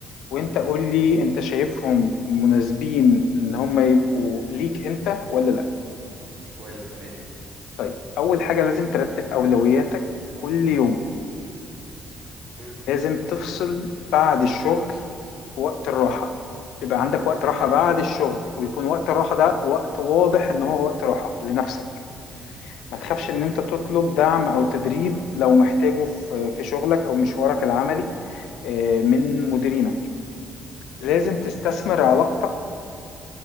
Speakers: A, on the left; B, on the right.
A: وانت
B: كويس
A: قول لي انت شايفهم مناسبين ان هم يبقوا ليك انت ولا لا
B: كويس تمام
A: طيب اول حاجة لازم ترتب اولوياتك كل يوم
B: مم.
A: لازم تفصل بعد الشغل وقت الراحة يبقى عندك وقت
B: تمام
A: راحة بعد الشغل ويكون وقت الراحة ده وقت واضح ان هو وقت راحة لنفسك ما
B: تمام
A: تخافش ان انت تطلب دعم او تدريب لو محتاجه في في شغلك او مشوارك العملي آه، من مديرينك
B: تمام
A: لازم تستثمر علاقتك